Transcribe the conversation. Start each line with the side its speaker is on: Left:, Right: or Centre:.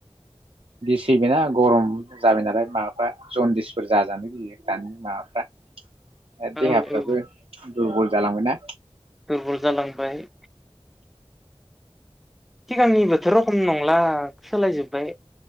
Right: गिसैबोना गरम जाबाय नालाय माबाफ्रा जन्दिसफोर जाजानो गैयो दानि माबाफ्रा
Centre: औ
Right: देहाफ्राबो
Centre: औ
Right: दुरबल जालांबाय ना
Centre: दुरबल जालांबाय सिगांनि बोथोर रखम नंला सोलायजोबबाय।